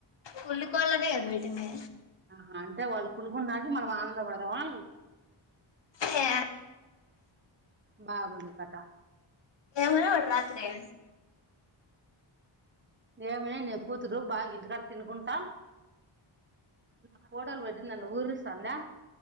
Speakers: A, on the left; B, on the right.
A: కుళ్ళుకోళ్ళనే కదా పెట్టింది
B: ఆహా అంటే వాళ్ళు కులుకున్నంము మనం ఆనందపడదామా
A: హ
B: బాగున్న కటా
A: ట రాత్రి అ
B: దేవ న కూతురు బాల్ గ తినుకుంటాం నా కోడలు వ నన్న ఊరు సాలా